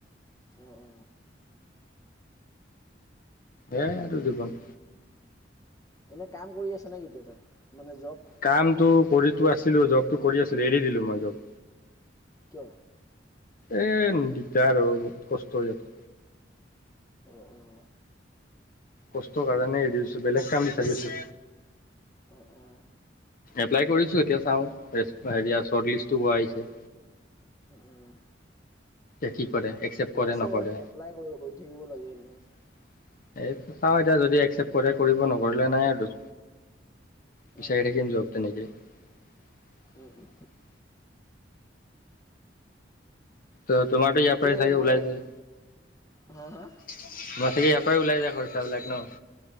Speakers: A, on the left; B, on the left.
A: উ উ
B: এয়াই আৰু জীৱন
A: এনেই কাম কৰি আছা নেকতিয়া তাত মানে জব
B: কামটো কৰিতো আছিলো জবটো কৰি আছিলো এৰি দিলো মই জব
A: কিয়।
B: এ দিগদাৰ আৰু বহুত কষ্ট হৈ যাব।
A: উ উম।
B: কষ্টৰ কাৰণে এৰিছো বেলেগ কাম বিচাৰি আছো।
A: অ' অ'
B: এপ্লাই কৰিছো এতিয়া। চাওঁ হেয়া শৰ্ট লিষ্টটো আহিছে।
A: উম উম।
B: এ কি কৰে একচেপ্ট
A: ঠিকে
B: কৰে
A: আছে
B: নকৰে?
A: এপ্লাই কৰি কৰি থাকিব লাগে
B: <inaudible>
A: এনেই
B: এই চাওঁ এতিয়া যদি একচেপ্ট কৰে কৰিব নকৰিলে নাই আৰু। পছাকম
A: উম
B: জোৱাব তে নেকি? <unintelligible>
A: উম উম
B: তোমাৰটো ইয়াৰ
A: পিছে
B: পাৰাই চাগে ওলাই
A: মই
B: যায়?
A: হা হা
B: <unintelligible> ম চে ওলাই যায় খৰচা বিলাক ন?